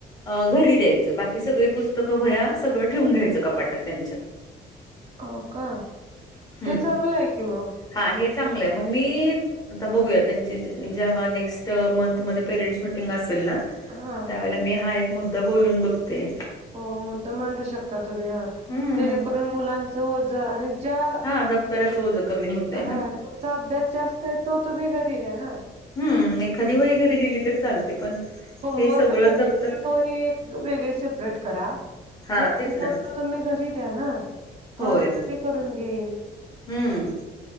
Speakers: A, on the left; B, on the right.
A: घरी बाकी सगळी पुस्तकं वह्या सगळं ठेवून घ्यायचं.
B: हो का,
A: हम्म
B: तर चांगलं आहे की मग.
A: हा हे चांगलंय मग मी आता बघूया त्यांची जेंव्हा नेक्स्ट मंथ मध्ये पेरेंट्स मिटिंग असेल ना.
B: हा
A: त्यावेळेला मी हा एक मुद्दा बोलून बघते.
B: हो मुद्दा मांडू शकता तुम्ही हा
A: हम्म
B: जेणेकरून मुलांचं ओझं. ज्या
A: हा दप्तराचं ओझं कमी होतय ना
B: हा ज्याचा अभ्यास जास्त आहे ती तुम्ही घरी द्या ना.
A: हम्म एखादी वही घरी दिली तरी चालते पण
B: होमवर्क
A: हे सगळंच
B: साठी
A: दप्तर
B: एक वही वेगळी सेपरेट करा.
A: हा
B: तो होमवर्क
A: तेच ना
B: तुम्ही घरी द्या तो
A: होय
B: आम्ही घरी करून घेईल.
A: हम्म